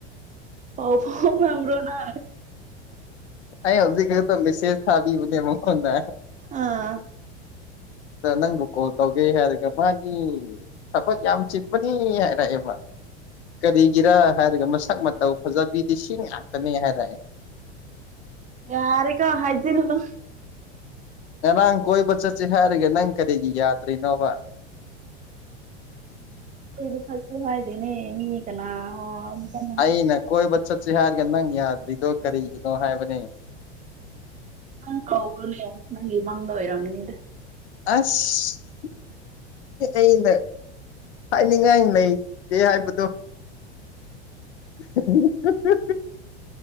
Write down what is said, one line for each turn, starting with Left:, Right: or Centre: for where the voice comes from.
Right: ꯄꯥꯎ ꯐꯥꯎ ꯅ꯭ꯔꯣꯅ
Left: ꯑꯩ ꯍꯧꯖꯤꯛ ꯈꯛꯇ ꯃꯦꯁꯦꯁ ꯊꯥꯕꯤꯕꯅꯦ ꯃꯉꯣꯟꯗ
Right: ꯑꯥ
Left: ꯑꯗ ꯅꯪꯕꯨ ꯀꯣꯜ ꯇꯧꯒꯦ ꯍꯥꯏꯔꯒ ꯃꯥꯒꯤ ꯑꯩꯈꯣꯏ ꯌꯥꯝ ꯆꯤꯟꯕꯅꯤ ꯍꯥꯏꯔꯛꯑꯦꯕ ꯀꯔꯤꯒꯤꯔꯥ ꯍꯥꯏꯔꯒ ꯃꯁꯛ ꯃꯇꯧ ꯐꯖꯕꯤꯗꯤ ꯁꯤꯡ ꯉꯥꯛꯇꯅꯤ ꯍꯥꯏꯔꯛꯑꯦ
Right: ꯌꯥꯔ ꯀꯣ ꯍꯥꯏꯖꯅꯂꯣ
Left: ꯉꯔꯥꯡ ꯀꯣꯏꯕ ꯆꯠꯁꯤ ꯍꯥꯏꯔꯒꯦ ꯅꯪ ꯀꯔꯤꯒꯤ ꯌꯥꯗ꯭ꯔꯤꯅꯣꯕ
Right: ꯑꯩꯕꯨ ꯆꯁꯦ ꯍꯥꯏꯥꯏꯗꯅꯦ ꯃꯤ ꯀꯅꯥ ꯑꯝꯇꯅ
Left: ꯑꯩꯅ ꯀꯣꯏꯕ ꯆꯠꯁꯤ ꯍꯥꯏꯔꯒ ꯅꯪ ꯌꯥꯗ꯭ꯔꯤꯗꯣ ꯀꯔꯤꯒꯤꯅꯣ ꯍꯥꯏꯕꯅꯦ
Right: ꯅꯪ ꯀꯧ꯭ꯔꯂꯦ ꯅꯪꯒꯤ ꯃꯥꯡꯗ ꯑꯣꯏꯔꯝꯒꯅꯤꯗ
Left: ꯑꯁ ꯑꯩꯅ ꯍꯥꯏꯅꯤꯡꯉꯥꯏ ꯂꯩꯇꯦ ꯍꯥꯏꯕꯗꯣ ꯍꯥ ꯍꯥ